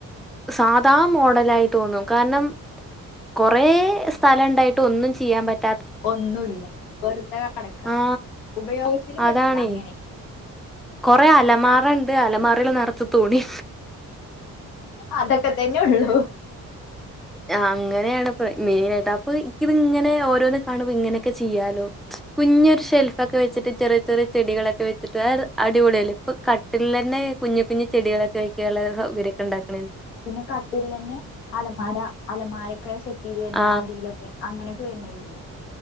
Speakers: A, in the centre; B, on the left.
A: സാദാ മോഡല ആായി തോന്നും കാരണം കുറെ സ്ഥലം ഉണ്ടായിട്ട് ഒന്നും ചെയ്യാൻ പറ്റ
B: ഒന്നുമില്ല വെറുത കടക്ക
A: ആ
B: ഉപയോഗത്തിൽ വടില്ല
A: അതാണേ
B: അങ്ങനെ
A: കൊറെ അലമാറുണ്ട് അലമാറൽ നിറച്ച തോണി
B: അതൊക്കെ തന്നെയ ഉള്ളു
A: ആ അങ്ങനെയാണ് മെയിൻ ആയിട്ട് അപ്പൊ ഇനി ഇത് ഇങ്ങനെ ഓരോന്ന് കാണുമ്പോ ഇങ്ങനെയൊക്കെ ചെയ്യാലോ കുഞ്ഞൊരു ഷെൽഫൊക്കെ വെച്ചിട്ട് ചെറിയ ചെറിയ ചെടികളൊക്കെ വെച്ചിട്ട് അടിപൊളിയൽ ഇപ്പൊ കട്ടിൽ തന്നെ കുഞ്ഞു കുഞ്ഞു ചെടികളൊക്കെ വെക്കാനുള്ള സൗകര്യൊക്കെ ഉണ്ടാക്കും
B: പിന്നെ കട്ടിൽ തന്നെ അലമാര അലമാരൊക്കെ സെറ്റ് ചെയ്ത് തന്നെ
A: ആ
B: അടിയിലൊക്കെ അങ്ങനെ തന്നെ ഇല്ലേ